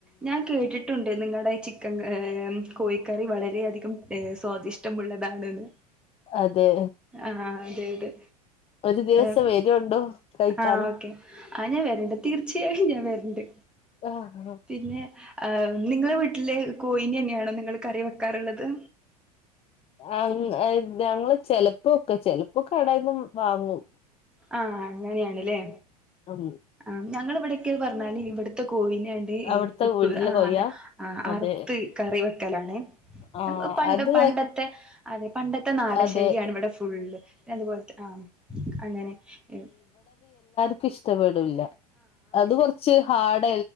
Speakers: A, in the centre; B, on the left.
A: ഞാൻ കേട്ടിട്ടുണ്ട് നിങ്ങള്ടെ ചിക്കൻ ക ഏഹ് കോഴിക്കറി വളരെയധികം ഏഹ് സ്വാദിഷ്ടമുള്ളതാണ്ന്ന്
B: അതെ
A: ആഹ് അതെ അതെ
B: ഒരു ദിവസം
A: ഏഹ്
B: വരുണ്ടോ കഴിക്കാന്
A: ആഹ് ഓക്കേ ആഹ് ഞാൻ വെര്ണ്ട് തീർച്ചയായും ഞാൻ വെര്ണ്ട്
B: ആ
A: പിന്നെ ആഹ് നിങ്ങളെ വീട്ടിലെ കോഴിനെന്നേണോ നിങ്ങള് കറി വെ ക്കാറ്ള്ളത്
B: അങ്ങ് അഹ് ഞങ്ങള് ചെലപ്പം വെക്കാ ചെലപ്പൊ കടേന്നും വാങ്ങും
A: ആഹ് അങ്ങനേണ്ലേ
B: ഉം
A: ആഹ് ഞങ്ങളെ ഇവിടൊക്ക്യേ പറ്ഞ്ഞാല് <unintelligible> കോഴിനാണ്ട് ഏഹ്
B: അവിടുത്തെ
A: പ് പ്
B: വീട്ടിലെ
A: ആഹ്
B: കൊയ്യ
A: അതെ ആഹ്
B: അതെ
A: അറ്ത്ത് കറി വെക്കലാണ്
B: ആഹ്
A: എമ് ഒ പണ്ട്
B: അത്
A: പണ്ടത്തെ അതെ പണ്ടത്തെ നാടൻശൈലിയാണ്
B: അതെ
A: ഇവടെ ഫുള്ള് പിന്നെ അതുപോല്ത്തെ ആഹ് അങ്ങനെ ഏഹ്
B: ഇക്കിഷ്ടപ്പെടുല്ലാ അത് കൊറ്ച്ച് ഹാഡ